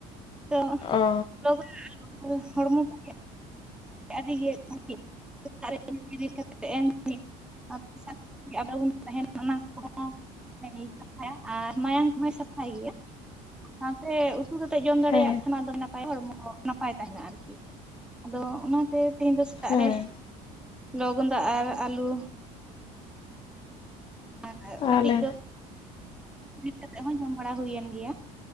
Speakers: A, in the centre; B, on the left (about 35°).
A: ᱛᱚ <unintelligible>
B: ᱚ
A: ᱦᱚᱲᱢᱚ ᱠᱚᱜᱮ ᱟᱹᱰᱤᱜ <unintelligible> ᱥᱮᱛᱟᱜ ᱨᱮ ᱵᱮᱨᱮᱫ ᱠᱟᱛᱮᱫ ᱮᱢ ᱾ <unintelligible> ᱯᱟ ᱟᱯᱩᱱ <unintelligible> ᱛᱟᱦᱮᱱᱟ ᱚᱱᱟ ᱠᱚᱦᱚ ᱥᱟᱯᱷᱟᱭᱟ ᱟᱨ ᱢᱟᱭᱟᱝ ᱠᱚᱦᱚᱭ ᱥᱟᱯᱷᱟᱭ ᱜᱮᱭᱟ ᱟᱨ ᱥᱟᱶᱛᱮ ᱩᱛ ᱩᱛᱩ ᱠᱟᱛᱮ ᱡᱚᱢ ᱫᱟᱲᱮᱭᱟᱜ
B: ᱦᱮᱸ
A: ᱠᱷᱟᱱ ᱟᱫᱚ ᱱᱟᱯᱟᱭ ᱦᱚᱲᱢᱚ ᱱᱟᱯᱟᱭ ᱛᱟᱦᱮᱱᱟ ᱟᱨᱠᱤ ᱟᱫᱚ ᱚᱱᱟᱛᱮ ᱛᱮᱦᱤᱧ ᱫᱚ ᱥᱮᱛᱟᱜ
B: ᱦᱮᱸ
A: ᱨᱮ ᱞᱚᱣᱜᱚᱫᱟ ᱟᱨ ᱟᱞᱩ ᱟᱨ
B: ᱛᱟᱦᱚᱞᱮ
A: ᱠᱟᱴᱤᱡ ᱫᱚ <unintelligible> ᱨᱤᱫ ᱠᱟᱛᱮᱫ ᱦᱚ ᱡᱚᱢ ᱵᱟᱲᱟ ᱦᱩᱭᱮᱱ ᱜᱮᱭᱟ᱾